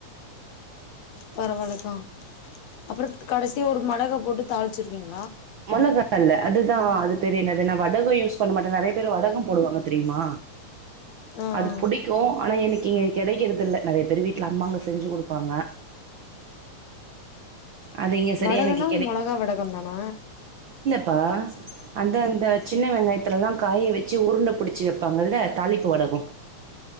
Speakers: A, on the left; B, on the right.
A: பரவால்லக்கா அப்றோ கடசியா ஒரு மெளகா போட்டு தாளிச்சிருவீங்
B: மளகால்ல அதுதா அது பேரு என்னதுன்னா வடகோ யூஸ் பண்ண மாட்டே நறைய பேர் வடகோ போடுவாங்க தெரியுமா
A: ஆ
B: அது
A: ஆ
B: புடிக்கூ ஆனால எனக்கு இங்க கெடைக்கிறதில்ல நெறைய பேர் வீட்ல அம்மாங்க செஞ்சு குடுப்பாங்க அது இங்க சரியா
A: வடகோனா
B: எனக்கு
A: மொளகா வடகோந்தானா
B: பா அந்த அந்த சின்ன வெங்காயத் த்துலல்லா காய வச்சு உருண்ட புடிச்சு வெப்பாங்கல தாளிப்பு வடகோ